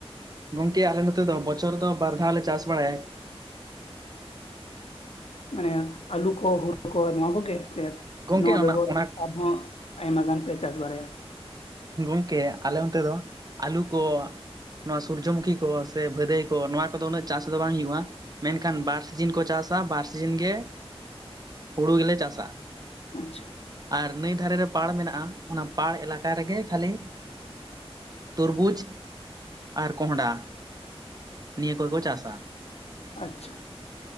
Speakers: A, on the right; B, on the left.
A: ᱜᱚᱝᱠᱮ ᱟᱞᱮ ᱱᱚᱛᱮ ᱫᱚ ᱵᱚᱪᱷᱚᱨ ᱫᱚ ᱵᱟᱨ ᱫᱷᱟᱣᱞ ᱞᱮ ᱪᱟᱥ ᱵᱟᱲᱟᱭᱟ᱾
B: ᱢᱟᱱᱮ ᱟᱞᱩ ᱠᱚ ᱦᱩᱲᱩ ᱠᱚ ᱱᱚᱣᱟ ᱠᱚᱜᱮ ᱥᱮᱼᱼ
A: ᱜᱚᱝᱠᱮ
B: ᱱᱚᱣᱟ
A: ᱚᱱᱟ
B: ᱵᱮᱜᱚᱨ
A: ᱚᱱᱟ
B: ᱟᱨᱦᱚᱸ ᱟᱭᱢᱟ ᱜᱟᱱ ᱯᱮ ᱪᱟᱥ ᱵᱟᱲᱟᱭᱟ?
A: ᱜᱚᱝᱠᱮ ᱟᱞᱮ ᱚᱱᱛᱮ ᱫᱚ ᱟᱹᱞᱩ ᱠᱚᱼᱼ ᱱᱚᱣᱟ ᱥᱩᱨᱡᱚᱢᱩᱠᱷᱤ ᱠᱚ ᱥᱮ ᱵᱷᱟᱹᱫᱟᱹᱭ ᱠᱚ ᱱᱚᱣᱟ ᱠᱚᱫᱚ ᱩᱱᱟᱹᱜ ᱪᱟᱥ ᱫᱚ ᱵᱟᱝ ᱦᱳᱭᱳᱜᱼᱟ? ᱢᱮᱱᱠᱷᱟᱱ ᱵᱟᱨ ᱥᱤᱡᱤᱱ ᱠᱚ ᱪᱟᱥᱼᱟ ᱵᱟᱨ ᱥᱤᱡᱤᱱ ᱜᱮ ᱦᱩᱲᱩ ᱜᱮᱞᱮ ᱪᱟᱥᱟ ᱾
B: ᱟᱪᱪᱷᱟ ᱾
A: ᱟᱨ ᱱᱟᱹᱭ ᱫᱷᱟᱨᱮ ᱨᱮ ᱯᱟᱲ ᱢᱮᱱᱟᱜᱼᱟ, ᱚᱱᱟ ᱯᱟᱲ ᱮᱞᱟᱠᱟ ᱨᱮᱜᱮᱼᱼ ᱠᱷᱟᱞᱤ ᱛᱩᱨᱵᱩᱡᱽᱼᱼ ᱟᱨ ᱠᱚᱦᱰᱷᱟ ᱱᱤᱭᱟᱹ ᱠᱚᱠᱚ ᱪᱟᱥᱟ ᱾
B: ᱟᱪᱪᱷᱟ ᱾